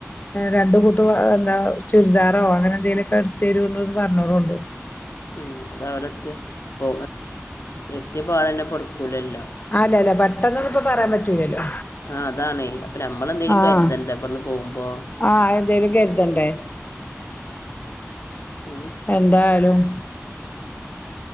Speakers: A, on the left (about 35°); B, on the left (about 70°).
A: രണ്ട കൂട്ട് എന്താ ചുരിദാറോ അങ്ങനെന്തെലോക്കെ എടു തരോണ്ടു പറഞ്ഞളോണ്ടു
B: ഉം അത അവിടെ എത്തി പോ എത്തിയ പാടന്നെ പടുക്കൂലല്ലോ
A: അല്ല അല്ല പെട്ടെന്നൊന്ന ഇപ്പ പറയാൻ പറ്റൂലല്ലോ
B: ആ അതാണെ അപ്പൊ നമ്മളെ എന്തേലും
A: ആഹ്
B: കരുതണ്ടേ ഇവിടന്ന് പോകുമ്പോ
A: ആഹ് എന്തെലും കരുതണ്ടേ
B: ഉം
A: എന്തായാലും